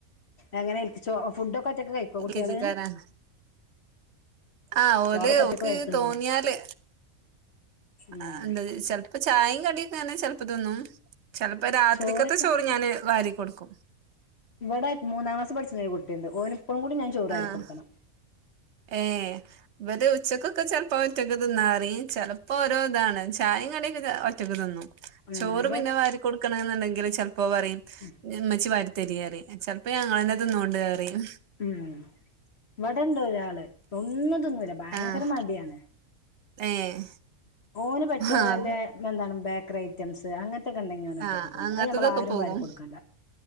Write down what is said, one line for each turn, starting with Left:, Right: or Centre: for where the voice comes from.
Left: എങ്ങനെ ൻക്ചേ ഫുഡൊക്കെ ഒറ്റൊക്ക് കഴിക്കോ
Right: എൽ
Left: കുട്ട്യേൾ
Right: കെ ജിക്കാരാണ് ആഹ് ഓല്
Left: ചോറൊക്കെ ഒറ്റക്ക്
Right: ഓക്ക്
Left: വാരി തിന്നോ
Right: തോന്ന്യാല്
Left: ഉം
Right: അ ന്താ ചെൽ പ്പൊ ചായിം കടിയൊക്കെ ങ്ങനെ ചെൽപ്പം തിന്നും ചെൽപ്പം രാത്രിക്കത്തെ
Left: ചോറൊക്കെ
Right: ചോറ് ഞാന് വാരികൊടുക്കും
Left: വടെ മൂന്നാം ക്ലാസ് പഠിച്ച്ണ ഒരു കുട്ടിണ്ട് ഓന് പ്പളും കൂടി ഞാന് ചോറ് വാരികൊടുക്കണം.
Right: ആഹ് ഏഹ് വര് ഉച്ചക്കൊക്കെ ചെൽപ്പോ ഒറ്റക്ക് തിന്നാ പറിം ചെല പ്പേരോതാണ് ചായി കടിയൊക്കെ ചെ ഒറ്റക്ക് തിന്നും
Left: ഉം
Right: ചോറ്
Left: ഇവ
Right: പിന്നെ വാരി കൊട്ക്ക്ണ് ന്ന്ണ്ടെങ്കിൽ ചെൽപ്പോ പറയും.
Left: ഉം
Right: ഇമ്മച്ചി വാരിത്തെരിയറിം ചെൽപ്പോ ഞങ്ങളെന്നെ തിന്നോണ്ട് അറിം
Left: ഉം ഇവിടെണ്ട് ഒരാള് ഒന്നും തിന്നുല ഭയങ്കര
Right: ആഹ്
Left: മടിയാണ്
Right: ഏഹ്
Left: ഓന് പറ്റിയതല്ലേ
Right: ആഹ്
Left: എന്താണ് ബേക്കറി ഐറ്റംസ് അങ തെക്കണ്ടെങ്കി അവൻ ഒറ്റക്
Right: ആഹ്
Left: തിന്നും
Right: അങ്ങനത്തതൊക്കെ
Left: അഹ് നമ്മൾ ആരും
Right: പോകും
Left: വാരി കൊടുക്കണ്ട